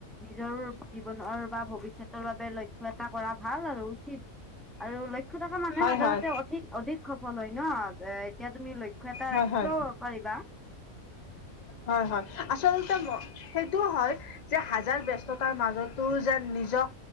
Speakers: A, in the centre; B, on the left.
A: নিজৰ জীৱনৰ বা ভৱিষ্যতৰ বাবে লক্ষ্য এটা কৰা ভাল আৰু উচিত। আৰু লক্ষ্য মানুহে
B: হয়
A: সাধাৰণতে
B: হয়
A: অধিক অধিক সফল হয় ন? এ এতিয়া তুমি লক্ষ্য এটা
B: হয়
A: ৰাখিলো
B: হয়
A: কৰিবা
B: হয় হয় আচলতে মই সেইটো হয় যে হাজাৰ ব্যস্ততাৰ মাজতো যেন নিজক